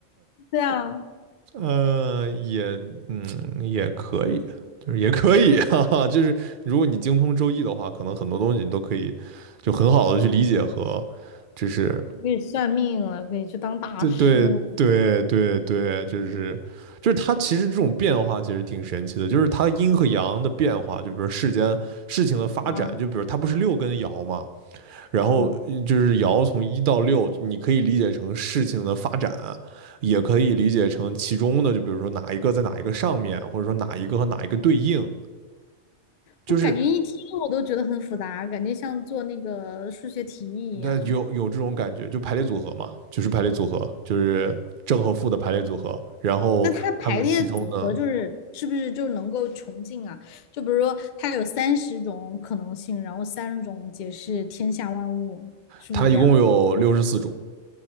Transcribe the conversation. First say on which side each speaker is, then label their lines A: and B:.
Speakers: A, on the left; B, on the right.
A: 对啊，
B: <laughs> 呃，也嗯也可以，就是也可以啊，<laughs> 就是如果你精通周易的话，可能很多东西你都可以就很好的去理解和，就是
A: 可以算命了，可以去当大师了
B: 对对对对对，就是就是它其实这种变化其实挺神奇的，就是它阴和阳的变化，就比如世间事情的发展，
A: 啊？
B: 就比如它不是六根爻吗？然后呃就是爻从一到六，
A: 啊啊。
B: 你可以理解成事情的发展，也可以理解成其中的，就比如说哪一个在哪一个上面，或者说哪一个和哪一个对应，就是
A: 我感觉一听我都觉得很复杂，感觉像做那个数学题一样。
B: 它有有这种感觉，就排列组合嘛，就是排列组合，就是正和负的排列组合。然后它们其中呢，
A: 那它的排列组合就是是不是就能够穷尽啊？就比如说它有三十种可能性，然后三十种解释天下万物，是不是这样的？
B: 它一共有六十四种，